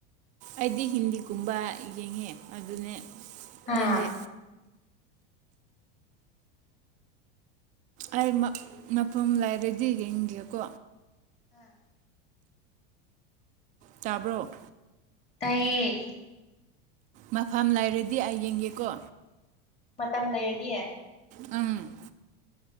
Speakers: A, on the right; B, on the left.
A: ꯑꯩꯗꯤ ꯍꯤꯟꯗꯤꯒꯨꯝꯕ ꯌꯦꯡꯉꯦ ꯑꯗꯨꯅꯦ
B: ꯍꯥ
A: ꯌꯦꯟꯗꯦ ꯑꯩ ꯃ ꯃꯐꯝ ꯂꯩꯔꯗꯤ ꯌꯦꯡꯒꯦꯀꯣ
B: ꯍꯣꯏ
A: ꯇꯥꯕ꯭ꯔꯣ
B: ꯇꯥꯏꯌꯦ
A: ꯃꯐꯝ ꯂꯩꯔꯗꯤ ꯑꯩ ꯌꯦꯡꯒꯦꯀꯣ
B: ꯃꯇꯝ ꯂꯩꯔꯗꯤ
A: ꯑꯪ